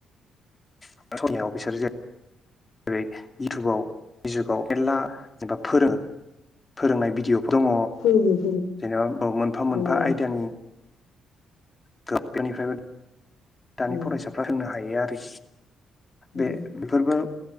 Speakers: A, on the left (about 25°); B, on the left (about 85°).
A: <unintelligible> याव बिसोर जे जेरै इउटुबाव फेसबुकाव मेरला जेनेबा फोरों फोरोंनाय भिडिअ दङ
B: फोरोङो फोरों
A: जेनेबा मोनफा
B: दङ
A: मोनफा आयदानि <unintelligible> निफ्रायबो दानि
B: ओं
A: फरायसाफ्रा सोंनो हा यो आरो
B: ओं
A: बे बेफोरबो